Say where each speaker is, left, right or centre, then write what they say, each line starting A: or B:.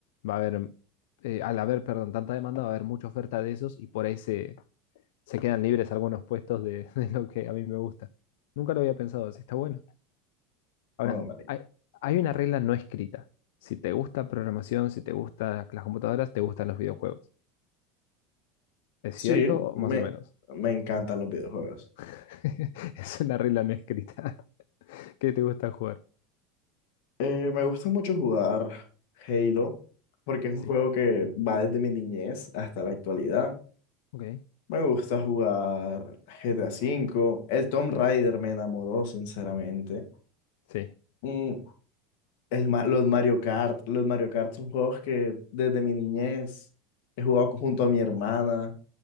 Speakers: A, on the left; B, on the left.
A: va a haber, eh, al haber, perdón, tanta demanda, va a haber mucha oferta de esos y por ahí se, se quedan libres algunos puestos de, <laughs> de lo que a mí me gusta. Nunca lo había pensado así, está bueno. Ahora,
B: Oh, marica.
A: hay, hay una regla no escrita. Si te gusta programación, si te gustan las computadoras, te gustan los videojuegos. ¿Es
B: Sí,
A: cierto o
B: me,
A: más o menos?
B: me encantan los videojuegos.
A: <laughs> Es una regla no escrita. <laughs> ¿Qué te gusta jugar?
B: Eh, me gusta mucho jugar Halo porque es un
A: Sí.
B: juego que va desde mi niñez hasta la actualidad.
A: Ok.
B: Me gusta jugar GTA V. El Tomb Raider me enamoró, sinceramente.
A: Sí.
B: Mm, el, ma- los Mario Kart. Los Mario Kart son juegos que desde mi niñez he jugado junto a mi hermana.